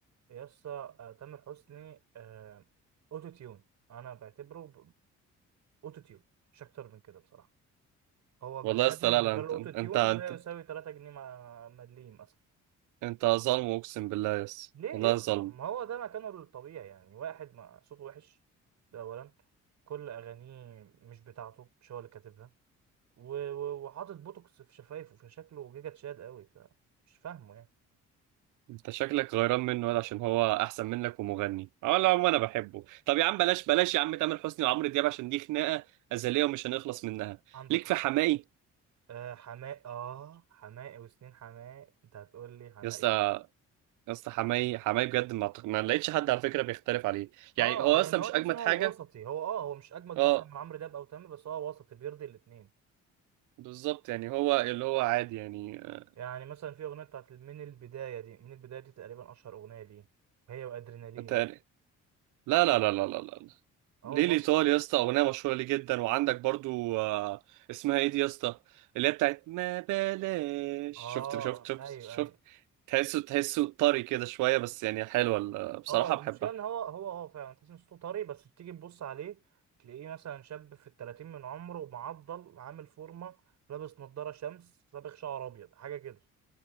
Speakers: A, on the right (about 65°); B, on the right (about 80°).
A: يا اسطى آه، تامر حسني آه، اوتو تيون انا بعتبره اوتو تيون مش اكتر من كده بصراحه هو بني
B: والله يا اسطى
A: ادم من
B: لا لا
A: غير
B: انت
A: الاوتو
B: انت
A: تيون
B: انت
A: لا يساوي 3 جنيه مع مليم اصلا
B: انت ظالم اقسم بالله يس
A: ليه
B: والله
A: يا اسطى
B: ظالم
A: ما هو ده مكانه الطبيعي يعني واحد ما صوته وحش ده اولا كل اغانيه مش بتاعته مش هو اللي كاتبها و- و- وحاطط بوتوكس في شفايفه فشكله جيجا تشاد قوي فمش فاهمه يعني
B: انت شكلك غيران منه ولا عشان هو احسن منك ومغني اه لا عم انا بحبه طب يا عم بلاش بلاش يا عم تامر حسني وعمرو دياب عشان دي خناقه ازليه ومش هنخلص منها
A: عندك
B: ليك
A: حق
B: في حماقي
A: آه حماقي اه حماقي وسنين حماقي انت هتقول لي حماقي
B: يا اسطى يا اسطى حماقي حماقي بجد ما أعتق- ما لقيتش حد على فكره بيختلف عليه
A: اه
B: يعني هو
A: لان
B: اصلا
A: هو
B: مش
A: تحس
B: اجمد
A: ان هو
B: حاجه
A: وسطي هو اه هو مش اجمد
B: اه
A: مثلا من عمرو دياب او تامر بس هو وسطي بيرضي الاثنين
B: بالظبط يعني هو اللي هو عادي يعني آه،
A: يعني مثلا في اغنيه بتاعت من البدايه دي من البدايه دي تقريبا اشهر اغنيه ليه وهي وادرينالين
B: تقري- لا لا لا لا لا لا
A: اه
B: ليه
A: والله
B: الإيطالي يا اسطى أغنية مشهورة ليه جدا وعندك برضو آه، اسمها إيه دي يا اسطى اللي هي بتاعت ما بلاش
A: اه
B: شفت شفت شفت
A: ايوه
B: شفت
A: ايوه
B: تحسه تحسه طري كده شوية بس يعني حلوة ال- بصراحة
A: اه المشكله
B: بحبها
A: ان هو هو اه فعلا تحس ان صوته طري بس تيجي تبص عليه تلاقيه مثلا شاب في التلاتين من عمره معضل عامل فورمه لابس نضاره شمس صابغ شعر ابيض حاجه كده